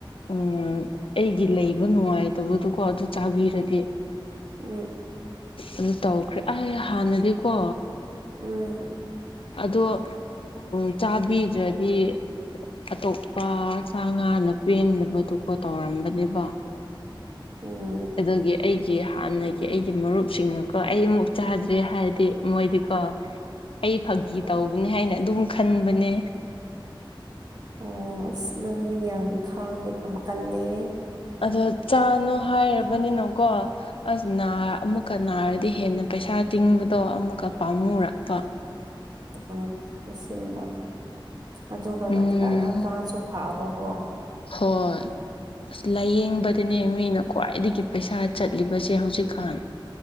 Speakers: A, on the left (about 85°); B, on the right (about 50°).
A: ꯎꯝ ꯑꯩꯒꯤ ꯂꯩꯕ ꯅꯨꯡꯉꯥꯏꯇꯕꯗꯣꯀꯣ ꯑꯗꯨ ꯆꯥꯕꯤꯔꯒꯦ
B: ꯎꯝ
A: ꯑꯗꯨ ꯇꯧꯈ꯭ꯔꯦ ꯑꯩ ꯍꯥꯟꯅꯗꯤꯀꯣ
B: <unintelligible>
A: ꯑꯗꯣ ꯎ ꯆꯥꯕꯤꯗ꯭ꯔꯗꯤ ꯑꯇꯣꯞꯄ ꯁꯥ ꯉꯥꯅ ꯄꯦꯟꯗꯕꯗꯨꯀꯣ ꯇꯧꯔꯝꯕꯅꯦꯕ
B: ꯑꯣ
A: ꯑꯗꯨꯗꯒꯤ ꯑꯩꯒꯤ ꯍꯥꯟꯅꯒꯤ ꯑꯩꯒꯤ ꯃꯔꯨꯞꯁꯤꯡꯅꯀꯣ ꯑꯩ ꯑꯃꯨꯛ ꯆꯥꯗ꯭ꯔꯦ ꯍꯥꯏꯔꯗꯤ ꯃꯣꯏꯗꯤꯀꯣ ꯑꯩ ꯐꯥꯒꯤ ꯇꯧꯕꯅꯤ ꯍꯥꯏꯅ ꯑꯗꯨꯝ ꯈꯟꯕꯅꯦ
B: ꯑꯣ ꯑꯁ ꯅꯪꯗꯤ ꯌꯥꯝ ꯈꯥꯡꯕ ꯌꯥꯝ ꯀꯜꯂꯦ
A: ꯑꯗꯣ ꯆꯥꯅꯣ ꯍꯥꯏꯔꯕꯅꯤꯅꯀꯣ ꯑꯁ ꯑꯃꯨꯛꯀ ꯅꯥꯔꯗꯤ ꯍꯦꯟꯅ ꯄꯩꯁꯥ ꯇꯤꯡꯕꯗꯣ ꯑꯃꯨꯛꯀ ꯄꯥꯝꯃꯨꯔꯛꯄ
B: ꯎ ꯏꯁꯤꯡꯕ ꯑꯗꯨꯒ ꯀꯩꯅꯣ
A: ꯎꯝ
B: ꯏ ꯍꯛꯆꯥꯡꯁꯨ ꯐꯕꯀꯣ
A: ꯍꯣꯏ ꯑꯁ ꯂꯥꯏꯌꯦꯡꯕꯗꯅꯦ ꯃꯤꯅ ꯈ꯭ꯋꯥꯏꯗꯒꯤ ꯄꯩꯁꯥ ꯆꯠꯂꯤꯕꯁꯦ ꯍꯧꯖꯤꯛꯀꯥꯟ